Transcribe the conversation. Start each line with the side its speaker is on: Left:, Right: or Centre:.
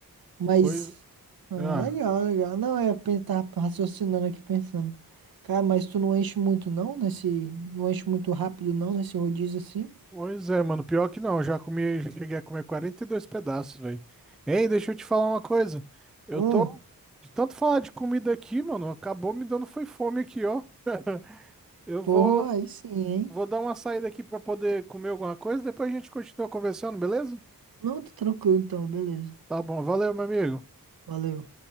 Right: Mas.
Centre: Pois,
Right: Ah,
Centre: ah.
Right: legal, legal. Não, é, pen- tava raciocinando aqui, pensando. Cara, mas tu não enche muito não nesse. Não enche muito rápido não nesse rodízio assim?
Centre: Pois é, mano. Pior que não, eu já comi, já cheguei a comer 42 pedaços, velho. Ei, deixa eu te falar uma coisa. Eu
Right: Hum,
Centre: tô, de tanto falar de comida aqui, mano, acabou me dando foi fome aqui, ó. <laughs> Eu
Right: porra,
Centre: vou,
Right: aí sim, hein?
Centre: vou dar uma saída aqui pra poder comer alguma coisa, depois a gente continua conversando, beleza?
Right: Não, tá tranquilo então, beleza.
Centre: Tá bom, valeu, meu amigo.
Right: Valeu.